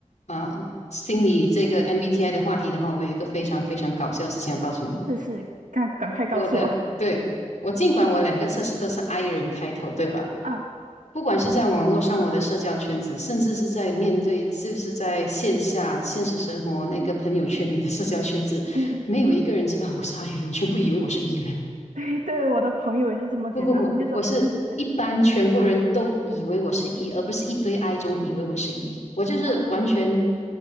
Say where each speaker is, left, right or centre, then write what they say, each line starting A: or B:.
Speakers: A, on the left; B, on the right.
A: 啊、呃心理这个 MBTI 的话题的话，我有一个非常非常搞笑的事情要告诉你。
B: 是是，赶赶快告诉我
A: 我的，对，我尽管我两个测试都是 I 人开头，对吧？
B: 啊，
A: 不管是在网络上我的社交圈子，甚至是在面对就是在线下现实生活那个朋友圈里的社交圈子，
B: 嗯嗯，
A: 没有一个人知道我是 I 人，全部以为我是 E 人。
B: <laughs> 对对，我的朋友也是这么觉得，
A: 不不不，
B: 他们就说，
A: 我是一般全部人都以为我是
B: 对
A: E，而不是一堆 I 中以为我是 E。我就是完全
B: 啊。